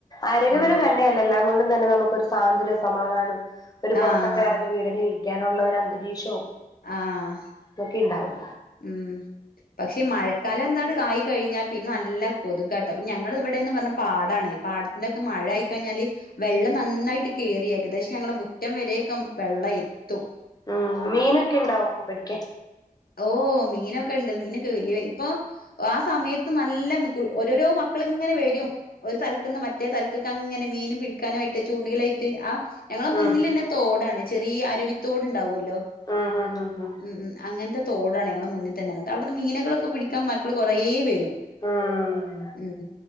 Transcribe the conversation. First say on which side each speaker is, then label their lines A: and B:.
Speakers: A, on the left; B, on the left.
A: ആരോഗ്യപര
B: ഉം
A: എല്ലാം കൊണ്ടും തന്നെ നമക്കൊരു സ്വാതന്ത്രയും സമാധാനം ഒരു പുറത്തൊക്കെ
B: ആഹ്
A: എറങ്ങി വീടില് ഇരിക്കാനുള്ള ഒരുരന്തരീകഷോം
B: ആഹ്
A: ഇതൊക്കെ ഇണ്ടാവും
B: ഉം പക്ഷെ ഈ മഴക്കാലം എന്താണ്ട് ആയി കഴിഞ്ഞാ പിന്നെ നല്ല കൊതുകാട്ടോ ഇപ്പൊ ഞങ്ങളെ ഇവിടെന്ന് പറഞ്ഞ പാടാണ് ഈ പാട ഇന്നൊക്കെ മഴ ആയി കഴിഞ്ഞാല് വെള്ളം നന്നായിട്ട് കയറി ഏകദേശം ഞങ്ങളെ മുറ്റം വരെയൊക്കെ വെള്ളം എത്തും
A: ആഹ് മീനൊക്കെ ഇണ്ടോ പിടിക്കാൻ
B: ഓഹ് മീനൊക്കെണ്ട് മീനൊക്കെ വല്യ ഇപ്പൊ ആ സമയത്ത് നല്ല ക്കും ഓരോരോ മക്കളിങ്ങനെ വരും ഒരു തലക്കന്ന് മറ്റേ തല ക്കങ്ങനെ മീനും പിടിക്കാനും ആയിട്ട് ചൂണ്ടലും ആയിട്ട് ആ ഞങ്ങളെ മുന്നില്
A: ഉം
B: തോടാണ് ചെറിയ അരുവിത്തോടുണ്ടാവോല്ലോ
A: ആഹ് ഹാ ഹാ
B: ഉം അങ്ങനത്തെ തോടാണ് ഞങ്ങളെ മുന്നി തന്നെ അവിടുത്തെ മീനകളൊക്കെ പിടിക്കാൻ മക്കൾ കൊറേ വരും
A: ആഹ്
B: ഉം